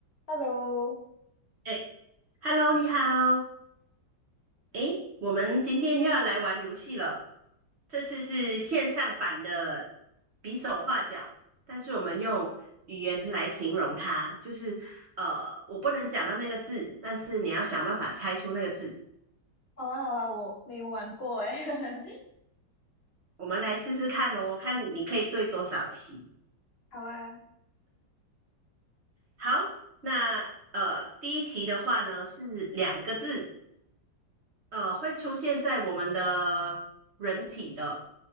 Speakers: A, on the left; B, on the right.
A: Hello，
B: 哎，Hello，你好。哎，我们今天又要来玩游戏了。这次是线上版的比手画脚，但是我们用语言来形容它，就是呃，我不能讲到那个字，但是你要想办法猜出那个字。
A: 好啊，好啊，我没有玩过诶，<laughs>
B: 我们来试试看哦，看你可以对多少题。
A: 好啊，
B: 好，那呃，第一题的话呢是两个字，呃，会出现在我们的人体的，